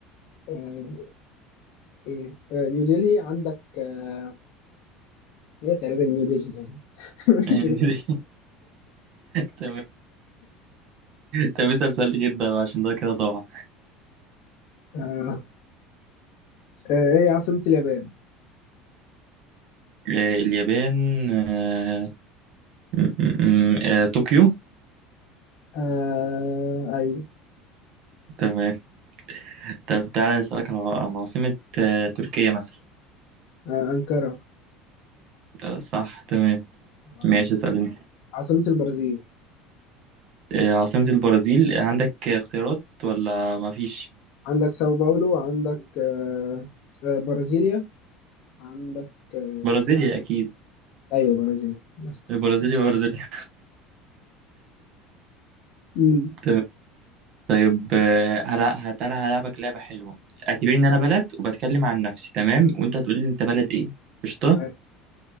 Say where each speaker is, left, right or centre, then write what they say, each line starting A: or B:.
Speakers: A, on the left; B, on the right.
A: آه إيه آه نيو ديلي عندك آه هي تقريبا نيو ديلي يعني <laughs> مش
B: <laughs>
A: غير
B: تمام طب اسأل سؤال غير ده بقى، عشان ده كده ضاع
A: آه. آه. ايه عاصمة اليابان
B: آه، اليابان آه، م- م- م- آه، طوكيو
A: آه. ايوه
B: تمام طب تعالى أسألك على عن عاصمة آه، تركيا مثلا
A: آه. انقرة
B: آه، صح تمام ماشي
A: أيوة.
B: اسأل انت
A: عاصمة البرازيل
B: آه، عاصمة البرازيل عندك اختيارات ولا مفيش
A: عندك ساو باولو عندك آه. آه. برازيليا عندك آه.
B: برازيليا أكيد
A: ايوه برازيليا بس
B: البرازيلي برازيليا
A: امم
B: <laughs> طيب آه، هلا هتلا هلعبك لعبة حلوة اعتبرني ان انا بلد وبتكلم عن نفسي تمام وانت هتقول لي انت بلد ايه قشطة
A: أيوة.